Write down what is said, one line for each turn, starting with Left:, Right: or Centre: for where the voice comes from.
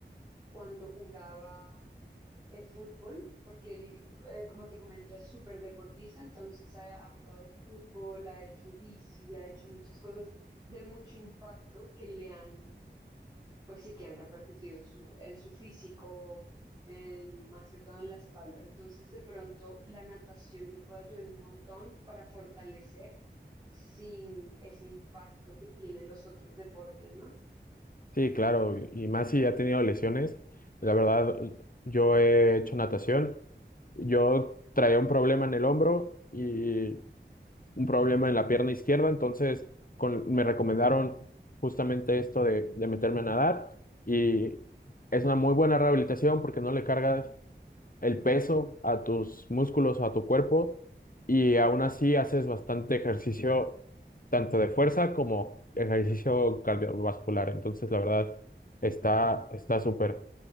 Right: cuando jugaba eh, fútbol, porque él, eh, como te comento, es súper deportista, entonces ha, ha jugado fútbol, ha hecho bici, ha hecho muchas cosas de mucho impacto que le han, pues sí, que han repercutido en su, en su físico, en, más que todo en la espalda. Entonces, de pronto, la natación le puede ayudar un montón para fortalecer sin ese impacto que tienen los otros deportes, ¿no?
Left: Sí, claro, y más si ha tenido lesiones. La verdad, yo he hecho natación. Yo traía un problema en el hombro y un problema en la pierna izquierda, entonces con- me recomendaron justamente esto de, de meterme a nadar y es una muy buena rehabilitación porque no le cargas el peso a tus músculos, o a tu cuerpo, y aún así haces bastante ejercicio, tanto de fuerza como ejercicio cardiovascular. Entonces, la verdad, está está súper.